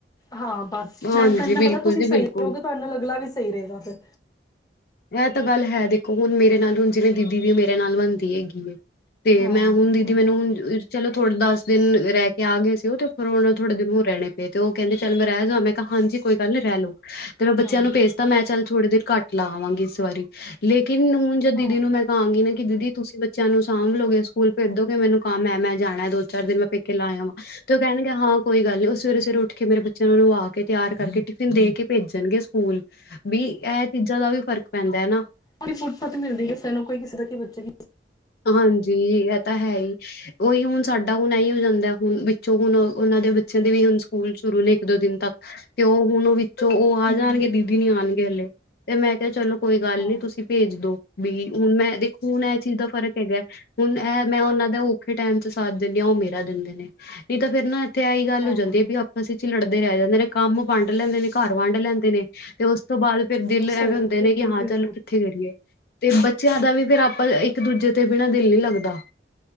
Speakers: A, on the left (about 20°); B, on the left (about 55°).
A: ਹਾਂ ਬਸ
B: ਹਾਂਜੀ
A: ਮੈਨੂੰ ਤ ਏਨਾ
B: ਬਿਲਕੁਲ
A: ਪਤਾ ਤੁਸੀਂ
B: ਜੀ
A: ਸਹੀ
B: ਬਿਲਕੁਲ
A: ਰਹੋਗੇ ਤੁਹਾਡੇ ਨਾਲ ਅਗਲਾ ਵੀ ਸਹੀ ਰਹੇਗਾ ਫੇਰ
B: ਇਹ ਤਾਂ ਗੱਲ ਹੈ, ਦੇਖੋ ਹੁਣ ਮੇਰੇ ਨਾਲ ਹੁਣ ਜਿਵੇਂ ਦੀਦੀ ਦੀ ਮੇਰੇ ਨਾਲ ਬਣਦੀ ਹੈਗੀ ਏ ਤੇ
A: ਹਾਂ
B: ਮੈਂ ਹੁਣ
A: ਬਿਲਕੁਲ
B: ਦੀਦੀ ਮੈਨੂੰ ਉਂਜ ਚਲੋ ਥੋੜੇ ਦਸ ਦਿਨ ਰਹਿ ਕੇ ਆ ਗਏ ਸੀ ਉਹ ਫੇਰ ਹੁਣ ਥੋੜੇ ਦਿਨ ਹੋਰ ਰਹਿਣੇ ਪਏ ਤੇ ਉਹ ਕਹਿੰਦੇ ਚੱਲ ਮੈਂ ਰਹਿ ਜਾ ਮੈਂ ਹਾਂਜੀ, ਕੋਈ ਗੱਲ ਨੀ ਰਹਿ ਲੋ। ਤੇ ਮੈਂ ਬੱਚਿਆਂ
A: ਹਾਂ
B: ਨੂੰ ਭੇਜਤਾ ਮੈਂ ਚੱਲ ਥੋੜੀ ਦੇਰ ਘੱਟ ਲਾ ਆਵਾਂਗੀ ਇਸ ਵਾਰੀ, ਲੇਕਿਨ ਹੁਣ ਜੇ
A: ਹਾਂ
B: ਦੀਦੀ ਨੂੰ ਮੈਂ ਕਹਾਂਗੀ ਨਾ ਕਿ ਦੀਦੀ ਤੁਸੀਂ ਬੱਚਿਆਂ ਨੂੰ ਸਾਂਭਲੋਗੇ ਸਕੂਲ ਭੇਜ ਦੋਗੇ ਮੈਨੂੰ ਕੰਮ ਏ ਮੈਂ ਜਾਣਾ ਦੋ ਚਾਰ ਦਿਨ ਮੈਂ ਪੇਕੇ ਲਾ ਆਵਾ, ਤੇ ਉਹ ਕਹਿਣਗੇ ਹਾਂ ਕੋਈ ਗੱਲ ਨੀ ਉਹ ਸਵੇਰੇ-ਸਵੇਰੇ ਉੱਠ ਕੇ ਮੇਰੇ ਬ ਬੱਚਿਆਂ ਨੂੰਆ ਕੇ, ਤਿਆਰ ਕਰਕੇ, ਟਿਫਿਨ ਦੇ ਕੇ ਪੇਜਣਗੇ ਸਕੂਲ, ਵੀ ਇਹ ਚੀਜ਼ਾਂ ਦਾ ਵੀ ਫਰਕ ਪੈਂਦਾ ਨਾ
A: ਕੋਈ ਫੁੱਸਤ ਮਿਲਦੀ ਹੈ ਕਿਸੇਾਨ ਨੂੰ ਕੋਈ ਕਿਸੇ ਦਾ ਕੀ ਬੱਚੇਗਿ
B: ਹਾਂਜੀ ਇਹ ਤਾਂ ਹੈ ਹੀ। ਉਹੀ ਹੁਣ ਸਾਡਾ ਹੁਣ ਇ ਹੋ ਜਾਂਦਾ ਹੁਣ ਵਿੱਚੋਂ ਹੁਣ ਉਹਨਾਂ ਦੇ ਬੱਚਿਆਂ ਦੇ ਵੀ ਹੁਣ ਸਕੂਲ ਸ਼ੁਰੂ ਨੇ ਇੱਕ ਦੋ ਦਿਨ ਤੱਕ ਤੇ ਉਹ ਹੁਣ ਉਨੂਵਿ ਚ' ਉਹ ਆ
A: ਹਮ
B: ਜਾਣਗੇ ਦੀਦੀ ਨੀ ਆਉਣਗੇ ਹਲੇ ਤੇ ਮੈਂ ਕਿਹਾ, ਚਲੋ ਕੋਈ ਗੱਲ
A: ਹਾਂ
B: ਨੀ ਤੁਸੀਂ ਭੇਜ ਦੋ। ਵੀ ਹੁਣ ਮੈਂ ਦੇਖੋ ਹੁਣ ਇਹ ਚੀਜ਼ ਦਾ ਫ਼ਰਕ ਹੈਗਾ ਹੁਣ ਇਹ ਮੈਂ ਉਹਨਾਂ ਦਾ ਔਖੇ ਟਾਈਮ ਚ' ਸਾਥ ਦਿੰਦੀ ਹਾਂ ਉਹ ਮੇਰਾ ਦਿੰਦੇ ਨੇ ਨਹੀਂ ਤਾਂ ਫ਼ਿਰ ਨਾ ਤੇ ਆਹੀ ਗੱਲ ਹੋ
A: ਹਾਂ
B: ਜਾਂਦੀ ਵੀ ਆਪ ਸ ਚ' ਲੜਦੇ ਰਹਿ ਜਾਂਦੇ ਨੇ ਕੰਮ ਵੰਡ ਲੈਂਦੇ ਨੇ, ਘਰ ਵੰਡ ਲੈਂਦੇ ਨੇ, ਤੇ ਉਸ ਤੋਂ ਬਾਅਦ ਫਿਰ ਦਿਲ ਐਵੇਂ
A: ਸਹੀ
B: ਹੁੰਦੇ ਨੇ
A: ਬਿਲਕੁਲ
B: ਕਿ ਹਾਂ
A: ਬਿਲਕੁਲ
B: ਚੱਲ ਕਿੱਥੇ ਕਰੀਏ ਤੇ ਬੱਚਿਆਂ ਦਾ ਵੀ ਫੇਰ ਆਪਾਂ ਇੱਕ ਦੂਜੇ ਤੇ ਬਿਨਾਂ ਦਿਲ ਨਹੀਂ ਲੱਗਦਾ।